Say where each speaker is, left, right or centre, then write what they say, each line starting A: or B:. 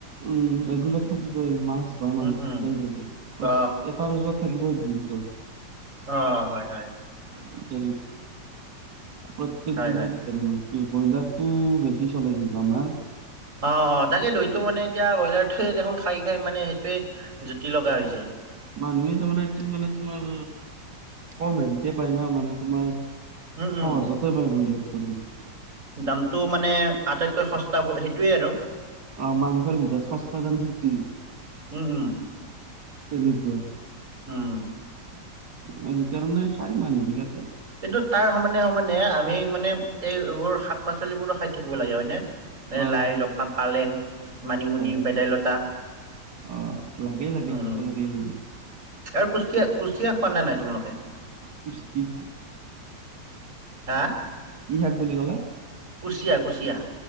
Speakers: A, on the right; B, on the right.
A: উম, ৰেগুলাৰ থাকিবই মাছ বা
B: উম
A: মাংস
B: উম
A: থাকেই লাগিব।
B: অ
A: তোমাৰ ওচৰত থাকিবই দিনটোত।
B: অ' হয় হয়।
A: <unintelligible> প্ৰত্যেক
B: হয়
A: দিনেই
B: হয়
A: থাকিব। উম, ব্ৰইলাৰতটো বেছি চলে কিন্তু আমাৰ।
B: অ' অ' তাকেটো মানে এইটো মানে এতিয়া ব্ৰইলাৰটো দেখোন খাই খাই মানে সেইটোৱে জুতি লগা হৈছে।
A: মানুহে তাৰমানে এইটো মানে তোমাৰ, কম হেৰিতে পায় ন মানে তোমাৰ
B: উম উম
A: সহজতে পাই <unintelligible>
B: দামটো মানে আটাইতকৈ সস্তা সেইটোৱে আৰু।
A: অ মাংসৰ ভিতৰত সস্তা দাম <unintelligible>
B: উম উম
A: তেনেকুৱা
B: উম
A: সেইকাৰণে খাই মানুহ বিলাকে।
B: কিন্তু তাৰ সমানে সমানে আমি মানে এইবোৰ শাক- পাচলিবোৰো খাই থাকিব লাগে হয় নে এ
A: অ
B: লাই,
A: লাগে
B: লফা,
A: লাগে
B: পালেং, মানিমুনি,
A: হয়
B: ভেদাইলতা
A: অ লাগে লাগে
B: উম
A: সকলোত <unintelligible>
B: আৰু কুচিয়া কুচিয়া খোৱা নাই নাই তোমালোকে?
A: কুচিয়া
B: হা
A: কি শাক বুলি কলা
B: কুচিয়া কুচিয়া